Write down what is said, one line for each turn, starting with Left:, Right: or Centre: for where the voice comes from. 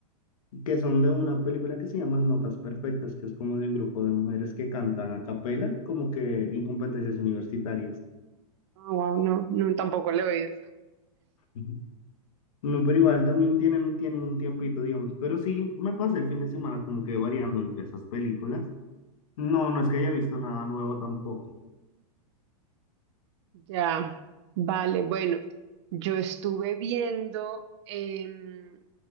Left: que son de una película que se llama Notas Perfectas, que es como de un grupo de mujeres que cantan a capela, como que en competencias universitarias.
Right: wow, no, no, tampoco lo he oído.
Left: <laughs> No, pero igual también tienen, tienen un tiempito, digamos. Pero sí, me pasé el fin de semana como que variando entre esas películas. No, no es que haya visto nada nuevo tampoco.
Right: Ya, vale, bueno, yo estuve viendo, em,